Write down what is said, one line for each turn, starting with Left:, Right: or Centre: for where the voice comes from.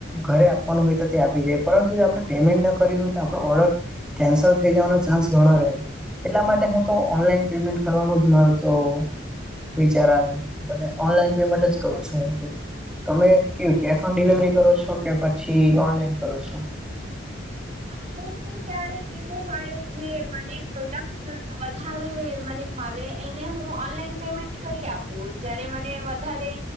Centre: ઘરે આપવાનું હોય તો તે આપી જાય પરંતુ જો આપણે પેમેન્ટ ન કરયુ હોય તો આપણો ઓર્ડર કેન્સલ થઈ જવાનો ચાન્સ ઘણો રહે એટલા માટે હું તો ઓનલાઈન પેમેન્ટ કરવાનું જ માર તો વિચાર આવે ઓનલાઈન પેમેન્ટ જ કરુ છુ હુ, તુ તમે કેશ ઓન ડિલવરી કરો છો કે પછી ઓનલાઈન કરો છો.
Right: હા હું તો ક્યારેક એવું હોય, જે મને પ્રોડક્ટ વધારે મને હવે એને હું ઓનલાઈન પેમેન્ટ કરી આપું જ્યારે મને વધારે